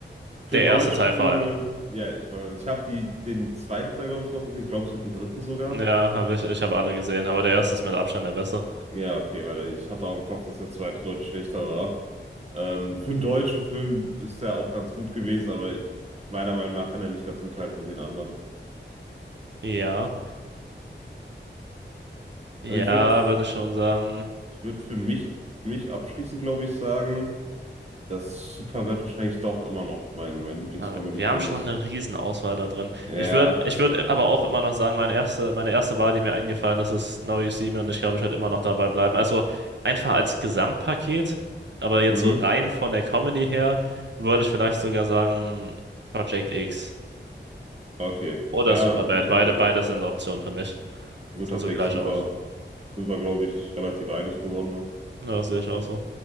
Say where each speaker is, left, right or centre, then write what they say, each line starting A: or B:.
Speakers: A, on the right; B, on the right.
A: für
B: der
A: deutsche
B: erste Teil
A: Filme,
B: vor allem.
A: ja, ich war gerade, ich habe die den zweiten Teil, glaube ich, noch gesehen. Ich glaube, es gibt einen dritten sogar.
B: Ja, hab ich, ich habe alle gesehen, aber der erste ist mit Abstand der beste.
A: Ja, okay, weil ich hatte auch im Kopf, dass der zweite deutlich schlechter war. Ähm, für einen deutschen Film ist der auch ganz gut gewesen, aber ich, meiner Meinung nach kann er nicht ganz mithalten mit den anderen.
B: Ja, ja,
A: Also ich würde
B: würde ich schon sagen.
A: ich würd für mich, mich abschließend, glaube ich, sagen, dass Superbad wahrscheinlich doch immer noch mein, mein Lieblingscomedy-Film
B: Aber wir haben schon
A: ist.
B: eine Riesenauswahl da drin.
A: Ja,
B: Ich würde ich würd aber auch immer noch sagen, meine erste, meine erste Wahl, die mir eingefallen ist, ist Now You See Me und ich glaube, ich werde immer noch dabei bleiben. Also einfach als Gesamtpaket, aber jetzt
A: mhm.
B: so rein von der Comedy her, würde ich vielleicht sogar sagen Project X
A: Okay.
B: oder
A: Ja,
B: Superbad.
A: guter
B: Beide,
A: Pick.
B: beide sind Optionen für mich.
A: Guter
B: Sind
A: Pick
B: so gleich
A: sind
B: aus.
A: wir, sind wir, glaube ich, relativ einig geworden noch.
B: Ja, sehe ich auch so.